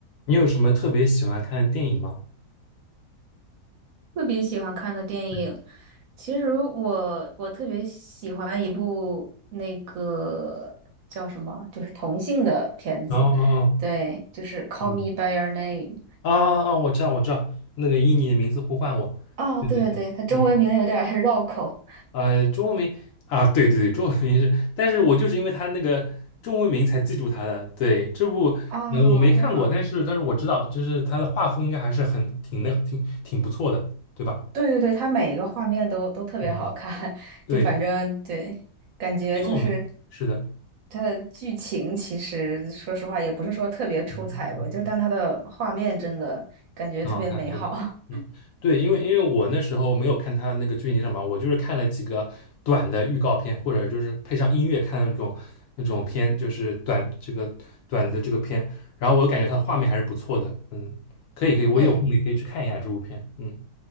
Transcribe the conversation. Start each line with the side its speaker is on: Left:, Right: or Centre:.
Left: 你有什么特别喜欢看的电影吗？
Right: 特别喜欢看的电影，
Left: 对，
Right: 其实我我特别喜欢一部那个叫什么，就是同性的片子，
Left: 哦哦哦，
Right: 对，就是《Call
Left: 嗯，
Right: Me by Your Name》。
Left: 啊啊啊！我知道，我知道，那个以你的名字呼唤我，
Right: 哦，
Left: 对对对，
Right: 对对对，它中文名有点儿
Left: 嗯，
Right: <laughs> 绕口。
Left: 呃，中文名啊，对对对，中文名是，但是我就是因为他那个中文名才记住他的。对，这部呃我没看过，
Right: 哦，这样，
Left: 但是但是我知道，就是他的画风应该还是很挺那挺挺不错的，对吧？
Right: 对对对，它每一个画面都都特别好看，
Left: 嗯，
Right: <laughs>
Left: 对，
Right: 就反正对，感觉就是
Left: 因为我们是的，
Right: 它的剧情其实说实话也不是说特别出彩吧，
Left: 嗯嗯嗯。
Right: 就是但它的画面真的感觉特别美好。
Left: 很好看，对吧？嗯，对，因为因为我那时候没有看他那个剧情上嘛，我就是看了几个短的预告片，或者就是配上音乐看那种那种片，就是短这个短的这个片，然后我感觉它画面还是不错的，嗯，可以可以，我有空也可以去看一下这部片，
Right: 对，
Left: 嗯，